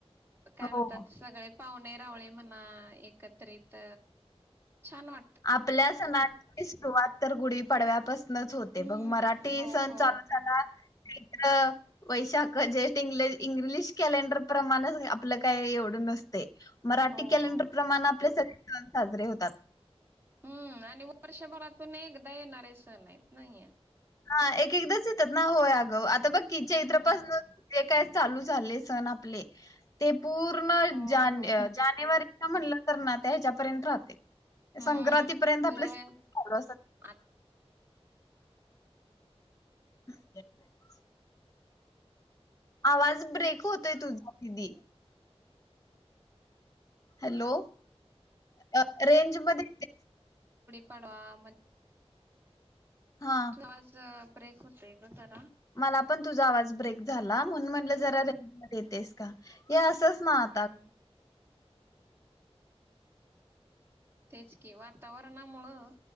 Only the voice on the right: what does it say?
काय
म्हणतात सगळे. पाहुणे रावळे म्हणा एकत्रित छान वाट
हम्म
हो
हो
हो
हो
हूं आणि वर्षभरातून एक येनारे सण आहेत ना हे.
हम्म
हो
हो
हा,
मग
ह्या
यात
आ
पाडवा म
त्रास ब्रेक होतय ग तन
हम्म
हम्म तेच की वातावरणामुळं